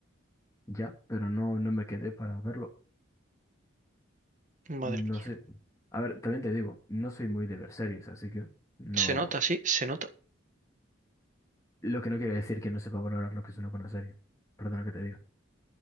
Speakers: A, on the left; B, on the right.
A: Ya, pero no, no me quedé para verlo.
B: Madre
A: No
B: mía.
A: sé. A ver, también te digo, no soy muy de ver series, así que no.
B: Se nota, sí, se nota.
A: Lo que no quiere decir que no sepa valorar lo que es una buena serie. Perdona que te diga.